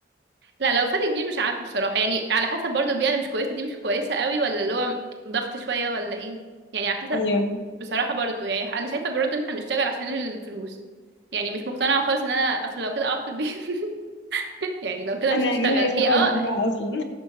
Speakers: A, on the right; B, on the left.
A: لا لو فرق كبير مش عارفة بصراحة يعني على حسب برضو البيئة اللي مش كويسة دي مش كويسة قوي ولا اللي هو ضغط شوية ولا ايه يعني على حسب
B: ايوه
A: بصراحة برضو يعني انا شايفة برضو ان احنا بنشتغل عشان الفلوس يعني مش مقتنعة خالص ان انا اصل لو كده اقعد في البيت <laughs> يعني لو كده
B: انا
A: مش هشتغل
B: ايه اللي هيخرجني
A: هي اه
B: بقى اصلا